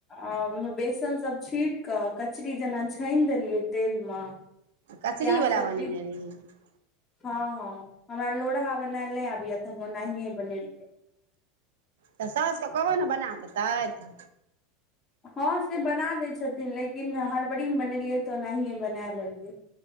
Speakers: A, on the left; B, on the right.
A: आ ओहिमे बेसन सब छीट कऽ कचरी जेना छानि देलियै तेल म
B: कचरीवला
A: प्याज सब
B: बनेने
A: किछ
B: रहियै
A: हँ हँ हमरा लोढ़हा बनायल नहि आबिय हम ओनाहिए बनेलियै
B: तऽ साउसके कहबै न बना देतैथ
A: हँ से बना दै छथिन लेकिन हड़बड़ी मे बनेलियै तऽ ओनाहिए बना लेलियै